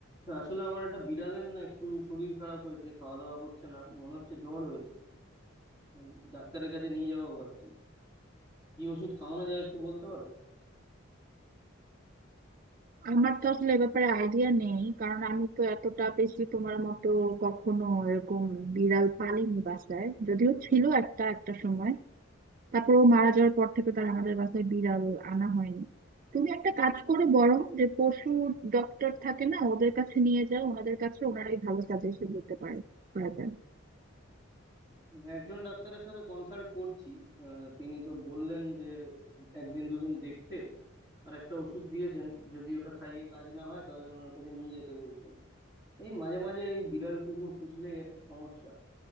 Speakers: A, on the right; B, on the right.
A: না, আসলে আমার একটা বিড়ালের না একটু শরীর খারাপ হয়েছে খাওয়া দাওয়া করছে না মনে হচ্ছে জ্বর হয়েছে উম, ডাক্তারের কাছে নিয়ে যাবো ভাবছি কি ওষুধ খাওয়ানো যায় একটু বলতে পারো
B: আমার তো আসলে এ ব্যাপারে আইডিয়া নেই কারণ আমি তো এতটা বেশি তোমার মতো কখনো এরকম বিড়াল পালিনি বাসায় যদিও ছিল একটা একটা সময় তারপর ও মারা যাওয়ার পর থেকে তার আমাদের বাসায় বিড়াল আনা হয়নি তুমি একটা কাজ করে বরং যে পশু ডক্টর থাকে না ওদের কাছে নিয়ে যাও ওনাদের কাছে ওনারাই ভালো সাজেশন দিতে পারে পারবেন
A: উম, একজন ডাক্তারের সাথে কনসাল্ট করছি আহ, তিনি তো বললেন যে একদিন দুদিন দেখতে আর একটা ওষুধ দিয়েছেন যদি ওটা খাইয়ে কাজ না হয় তাহলে ওনার কাছে নিয়ে যেতে বলছেন এই মাঝে মাঝে এই বিড়াল কুকুর পুষলেই একটা সমস্যা